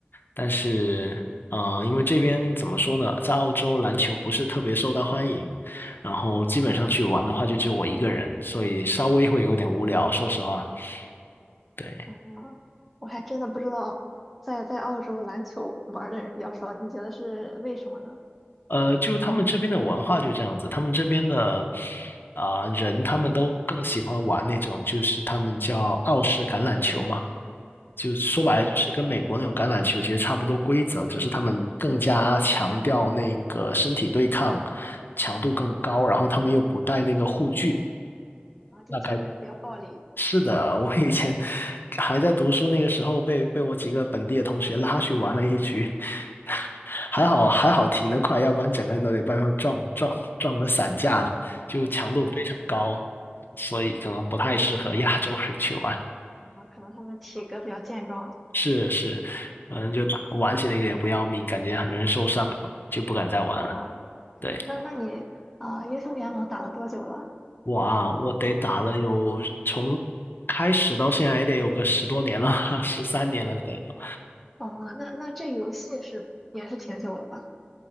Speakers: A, on the left (about 60°); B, in the centre.
A: 但是呃，因为这边怎么说呢，在澳洲篮球不是特别受到欢迎，然后基本上去玩的话，就只有我一个人，所以稍微会有点无聊，说实话。对，
B: 哦，我还真的不知道，在在澳洲篮球玩儿的人比较少，你觉得是为什么呢？
A: 呃，就他们这边的文化就这样子，他们这边的啊、人，他们都更喜欢玩那种，就是他们叫澳式橄榄球嘛，就说白了就是跟美国那种橄榄球其实差不多规则，
B: 啊、
A: 只是他们更加强调那个身体对抗，强度更高，然后他们又不带那个护具。
B: 啊，就听起来比较暴力，
A: 那该。是的，<laughs> 我以前还在读书那个时候被，被我几个本地的同学拉去玩了一局，<laughs> 还好还好停得快，要不然整个人都得被他们撞撞撞得散架了，就强度非常高，
B: 啊、
A: 所以可能不太适合亚洲人去玩。
B: 啊，可能他们体格比较健壮，
A: 是是，反正就打玩起那个也不要命，感觉很容易受伤，就不敢再玩了。
B: 哦，
A: 对，
B: 那那你啊、英雄联盟打了多久了？
A: 哇，我得打了有从开始到现在也得有个十多年了，<laughs> 十三年了得有。
B: 啊、那那这游戏是也是挺久了吧？